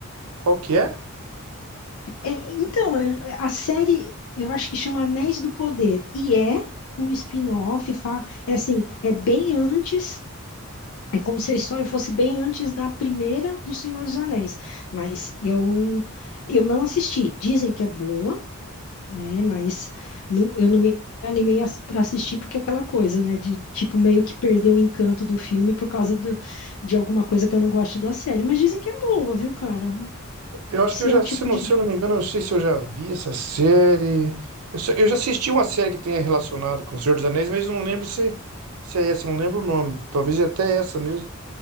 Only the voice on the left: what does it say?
É, então, é- a série, eu acho que chama Anéis do Poder, e é um spin-off, fa- é assim, é bem antes, é como se a história fosse bem antes da primeira do Senhor dos Anéis, mas eu, eu não assisti, dizem que é boa, né, mas não- eu não me animei para assistir porque é aquela coisa, né, de tipo meio que perder o encanto do filme por causa do- de alguma coisa que eu não gosto da série, mas dizem que é boa, viu, cara?
Se
é o tipo
de...